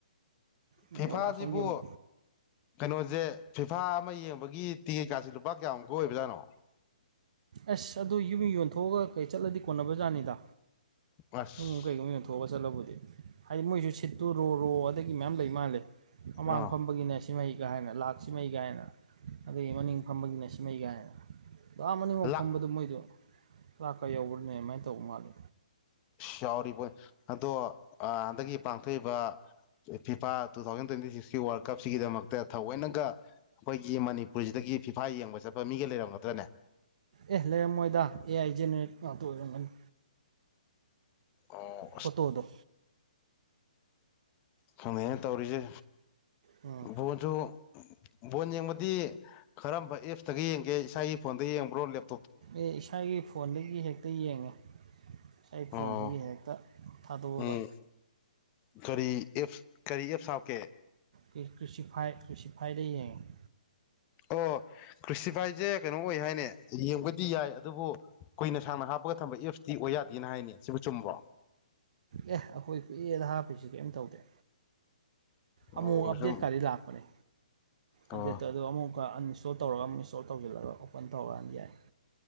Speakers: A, on the right (about 60°); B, on the left (about 30°).
A: ꯕꯣꯜ
B: ꯐꯤꯐꯥꯁꯤꯕꯨ
A: ꯑꯁꯣꯝꯒꯤ ꯑꯃꯨꯛ
B: ꯀꯩꯅꯣꯁꯦ ꯐꯤꯐꯥ ꯑꯃ ꯌꯦꯡꯕꯒꯤ ꯇꯦꯛ ꯀꯀꯥꯁꯤ ꯄꯥ ꯀꯌꯥꯃꯨꯛꯀ ꯑꯣꯏꯕꯖꯥꯠꯅꯣ
A: ꯑꯁ ꯑꯗꯨ ꯌꯨꯝ ꯌꯣꯟꯊꯣꯛꯑꯒ ꯀꯩ ꯆꯠꯂꯗꯤ ꯀꯣꯟꯅꯕ ꯖꯥꯠꯅꯤꯗ
B: ꯑꯁ
A: ꯏꯨꯡꯒꯨꯝ ꯀꯩꯒꯨꯝ ꯃꯤ ꯑꯣꯏꯅ ꯊꯣꯛꯑꯒ ꯆꯠꯂꯕꯨꯗꯤ ꯍꯥꯏꯗꯤ ꯃꯣꯏꯁꯨ ꯁꯤꯠꯇꯨꯔꯣꯣꯔꯣ ꯑꯗꯒꯤ ꯃꯌꯥꯝ ꯂꯩ ꯃꯥꯜꯂꯦ ꯑꯃꯥꯡ
B: ꯑꯥ
A: ꯐꯝꯕꯒꯤꯅꯦ ꯁꯤ ꯁꯤꯃꯩ ꯀꯥꯏꯅ ꯂꯥꯛ ꯁꯤꯃꯩ ꯀꯥꯏꯅ ꯑꯗꯒꯤ ꯃꯅꯤꯡ ꯐꯝꯕꯒꯤꯅ ꯁꯤꯃꯩ ꯀꯥꯏꯅ ꯂꯥ ꯑꯅꯤꯉꯣ
B: ꯂꯥꯛ
A: ꯐꯝꯕꯗꯨ ꯃꯣꯏꯗꯣ ꯂꯥꯛ ꯀ ꯌꯧꯕ꯭ꯔꯅꯦ ꯑꯗꯨꯃꯥꯏꯅ ꯇꯧꯕ ꯃꯥꯜꯂꯤ
B: ꯌꯥꯎꯔꯤꯕ ꯑꯗꯣ ꯍꯟꯗꯛꯀꯤ ꯄꯥꯡꯊꯣꯛꯏꯕ ꯐꯤꯐꯥ ꯇꯨ ꯊꯥꯎꯖꯟ ꯇ꯭ꯋꯦꯟꯇꯤ ꯁꯤꯛꯁꯀꯤ ꯋꯥꯔꯜ ꯀꯞꯁꯤꯒꯤꯗꯃꯛꯇ ꯊꯑꯣꯏꯅꯒ ꯑꯩꯈꯣꯏꯒꯤ ꯃꯅꯤꯄꯨꯔꯁꯤꯗꯒꯤ ꯒꯤ ꯐꯤꯐꯥ ꯌꯦꯡꯕ ꯆꯠꯄ ꯃꯤꯒ ꯂꯩꯔꯝꯒꯗ꯭ꯔꯅꯦ
A: ꯑꯦ ꯂꯩꯔꯝꯃꯣꯏꯗ ꯑꯦ ꯑꯥꯏ ꯖꯦꯅꯦꯔꯦꯠ ꯉꯥꯛꯇ ꯑꯣꯏꯔꯝꯒꯅꯤ
B: ꯑꯣ
A: ꯐꯣꯇꯣꯗꯣ
B: ꯈꯪꯉꯅ ꯇꯧꯔꯤꯁꯦ
A: ꯎꯝ
B: ꯕꯣꯠꯁꯨ ꯕꯣꯟ ꯌꯦꯡꯕꯗꯤ ꯀꯔꯝꯕ ꯑꯦꯞꯁꯇꯒ ꯌꯦꯡꯒꯦ ꯏꯁꯥꯒꯤ ꯐꯣꯟꯗ ꯌꯦꯡꯕ꯭ꯔꯣ ꯂꯦꯞ
A: ꯑꯦ ꯏꯁꯥꯒꯤ ꯐꯣꯟꯗꯒꯤ ꯍꯦꯛꯇ ꯌꯦꯡꯉꯦ ꯏꯁꯥꯒꯤ
B: ꯑꯣ
A: ꯐꯣꯟꯗꯒꯤ ꯍꯦꯛꯇ ꯊꯥꯗꯣꯛꯑꯒ
B: ꯎꯝ ꯀꯔꯤ ꯑꯦꯞ ꯀꯔꯤ ꯑꯦꯞꯁ ꯍꯥꯥꯞꯀꯦ
A: ꯀ꯭ꯔꯤꯁꯤꯐꯥꯏ ꯀ꯭ꯔꯤꯁꯤꯐꯥꯏꯗ ꯌꯦꯉꯦ
B: ꯑꯣ ꯈ꯭ꯔꯤꯁꯇꯤꯐꯥꯏꯁꯦ ꯀꯩꯅꯣ ꯑꯣꯏ ꯍꯥꯏꯅꯦ ꯌꯦꯡꯕꯗꯤ ꯌꯥꯏ ꯑꯗꯨꯕꯨ ꯀꯨꯏꯅ ꯁꯥꯡꯅ ꯍꯥꯞꯄꯒ ꯊꯝꯕ ꯑꯦꯞꯁꯇꯤ ꯑꯣꯏ ꯌꯥꯗꯦꯅ ꯍꯥꯏꯅꯤ ꯁꯤꯕꯨ ꯆꯨꯝꯕ꯭ꯔꯣ
A: ꯑꯦ ꯑꯩꯈꯣꯏ ꯀꯨꯏꯗ ꯍꯥꯞꯄꯤꯁꯤ ꯀꯩꯝ ꯇꯧꯗꯦ ꯑꯃꯨꯛ
B: ꯑꯣ
A: ꯑꯞꯗꯦꯠ
B: ꯁꯨꯝ
A: ꯀꯥꯔꯤ ꯂꯥꯛꯄꯅꯦ
B: ꯑꯣ
A: ꯑꯞꯗꯦꯗ ꯇꯧꯗ ꯑꯃꯨꯛ ꯑꯩꯈꯣꯏꯟꯁꯇꯣꯜꯧꯒ ꯑꯃꯨ ꯏꯟꯁꯣꯜ ꯇꯧꯁꯤꯜꯂꯒ ꯑꯣꯄꯟꯧꯔꯀꯥꯟ ꯌꯥꯏ